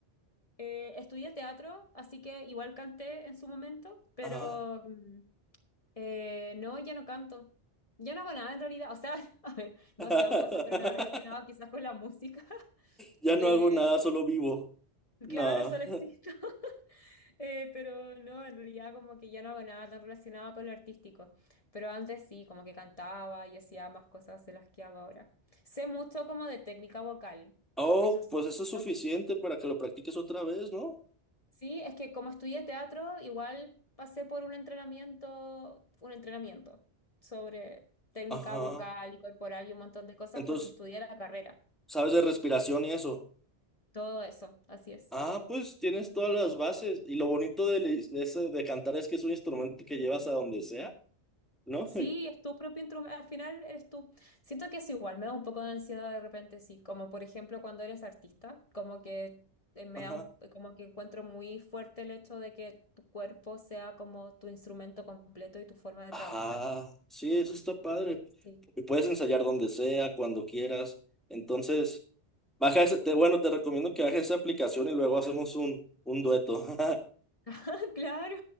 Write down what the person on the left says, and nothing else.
Eh, estudié teatro, así que igual canté en su momento, pero
mm, eh, no, ya no canto. Ya no hago nada en realidad. O sea, <laughs> a ver, no,
sí hago cosas, pero nada relacionado quizás con la música. <laughs>
Eh,
claro, solo existe. <laughs> Eh, pero no, en realidad como que ya no hago nada tan relacionado con lo artístico. Pero antes sí, como que cantaba y hacía más cosas de las que hago ahora. Sé mucho como de técnica vocal.
Eso sí.
no,
Sí, es que como estudié teatro, igual pasé por un entrenamiento, un entrenamiento sobre técnica
vocal y corporal y un montón de cosas
porque estudié la carrera.
Todo eso, así es.
Sí, es tu propio instrumento, al final eres tú. Siento que es igual, me da un poco de ansiedad de repente, sí, como por ejemplo cuando eres artista, como que eh, me
da un- como que encuentro muy fuerte el hecho de que tu cuerpo sea como tu instrumento completo y tu forma de
trabajar.
Sí.
<laughs> Claro.